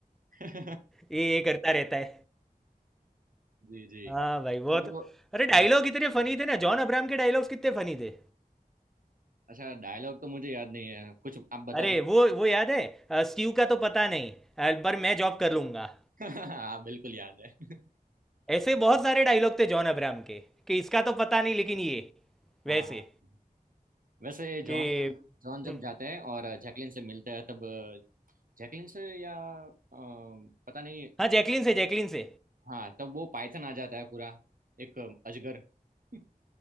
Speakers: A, on the right (about 65°); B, in the centre.
A: <laughs>
B: ये ये करता रहता है
A: जी जी
B: हाँ भाई बहुत
A: पर वो
B: अरे डायलॉग
A: हाँ,
B: इतने फनी थे ना जॉन अब्राहम के डायलॉग्स कितने फनी थे
A: अच्छा डायलॉग तो मुझे याद नहीं है कुछ आप बता
B: अरे
A: दो
B: वो वो याद है अ, स्टीव का तो पता नहीं अ, पर मैं जॉब कर लूंगा
A: <laughs> हाँ बिल्कुल याद है <laughs>
B: ऐसे बहुत सारे डायलॉग थे जॉन अब्राहम के कि इसका तो पता नहीं लेकिन ये वैसे
A: हाँ हाँ वैसे
B: कि
A: जॉन जॉन जब
B: हम्म,
A: जाते हैं और जैकलिन से मिलते हैं तब जैकलिन से या अ, पता नहीं
B: हाँ जैकलिन से जैकलिन से
A: हाँ तब वो पाइथन आ जाता है पूरा एक अजगर <laughs>